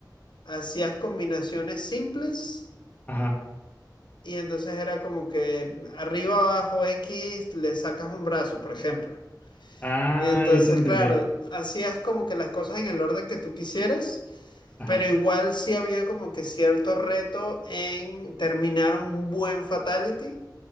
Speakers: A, on the left; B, on the left.
A: hacías combinaciones simples
B: ajá.
A: Y entonces era como que arriba, abajo, X, le sacas un brazo, por ejemplo.
B: Ah,
A: Y entonces,
B: ya te entendí.
A: claro, hacías como que las cosas en el orden que tú quisieras,
B: Ajá,
A: pero igual sí había como que cierto reto en terminar un buen fatality,